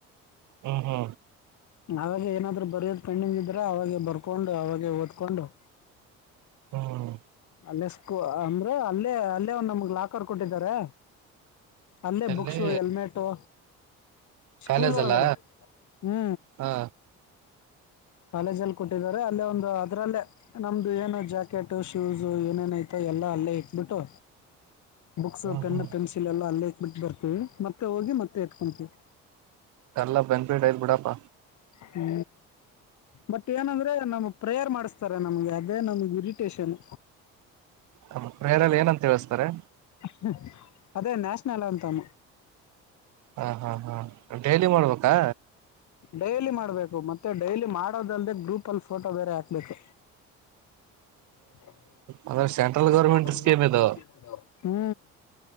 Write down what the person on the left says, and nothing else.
ಆವಾಗ ಏನಾದರೂ ಬರೆಯೋದು ಪೆಂಡಿಂಗ್ ಇದ್ರೆ ಆವಾಗೇ ಬರ್ಕೊಂಡು ಆವಾಗೆ ಓದ್ಕೊಂಡು
ಅಲ್ಲೇ ಸ್ಕೋ ಅಂದ್ರೆ ಅಲ್ಲೇ ಅಲ್ಲೇ ಒನ್ ನಮಗ ಲಾಕರ್ ಕೊಟ್ಟಿದ್ದಾರೆ ಅಲ್ಲೇ
ಬುಕ್ಸು ಹೆಲ್ಮೆಟು ಸ್ಕೂಲ್
ಒಳಗಡೆ
ಹು
ಕಾಲೇಜಲ್ಲಿ ಕೊಟ್ಟಿದ್ದಾರೆ ಅಲ್ಲೇ ಒಂದು ಅದ್ರಲ್ಲೇ ನಮ್ಮದು ಏನು ಜಾಕೆಟು ಶೋ ಶೂಸ್ ಏನೇನಐತೋ ಎಲ್ಲ ಅಲ್ಲೇ ಇಟ್ಟುಬಿಟ್ಟು ಬುಕ್ಸ್
ಪೆನ್
ಪೆನ್ಸಿಲ್ ಎಲ್ಲ ಅಲ್ಲೇ ಬಿಟ್ಟು ಬರ್ತೀವಿ ಮತ್ತೆ ಹೋಗಿ ಮತ್ತೆ ಎತ್ಕೊಂತೀವಿ
ಹು ಬಟ್ ಏನಂದ್ರೆ ನಮ್ ಪ್ರೇಯರ್ ಮಾಡಿಸ್ತಾರೆ ನಮ್ಮಗೆ ಅಲ್ಲಿ ನಮ್ಮಗೆ ಇರಿಟೆಷನ್
ಹು ಅದೇ ನ್ಯಾಷನಲ್ ಯ್ಯಾತಂ
ಡೈಲಿ ಮಾಡಬೇಕು ಮತ್ತೆ ಡೈಲಿ ಮಾಡೋದಲ್ಲದೆ ಗ್ರೂಪಲ್ಲಿ ಫೋಟೋ ಬೇರೆ ಹಾಕ್ಬೇಕು ಟಕ್
ಇವಾಗ
ಸೆಂಟ್ರಲ್ ಗೋರ್ಮೆಂಟ್
ಸ್ಕೀಮ್ ಅದಾವ ಹು